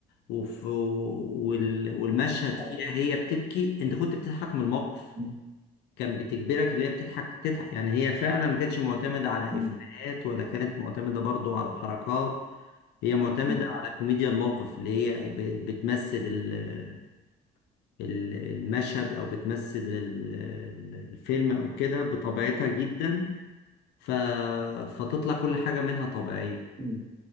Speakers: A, on the left (about 80°); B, on the right (about 30°).
A: وف... وال... والمشهد فيها
B: أيوه
A: هي بتبكي انت كنت بتضحك من الموقف
B: أمم.
A: كان بتجبرك اللي هي بتضحك تضحك يعني هي فعلا ما كانتش معتمدة على
B: أمم.
A: إفيهات ولا كانت معتمدة برضو على حركات هي معتمدة
B: أمم.
A: على كوميديا الموقف اللي هي ب- بتمثل ال- ال- المشهد أو بتمثل ال- ال- الفيلم أو كده بطبيعتها جدا ف... فتطلع كل حاجة منها طبيعية
B: أمم.